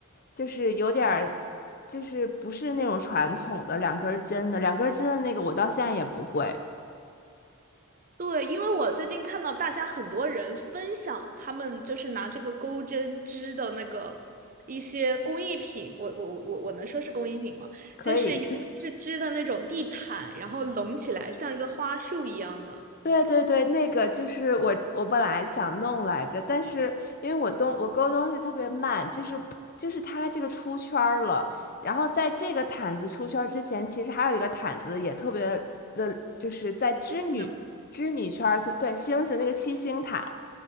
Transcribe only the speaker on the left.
就是有点儿就是不是那种传统的两根儿针的，两根儿针的那个我到现在也不会。
可以，
<laughs> 对对对，那个就是我，我本来想弄来着，但是因为我东我勾东西特别慢，就是就是它这个出圈儿了，然后在这个毯子出圈儿之前，其实还有一个毯子也特别的，就是在织女织女圈儿，
对，星星那个七星毯，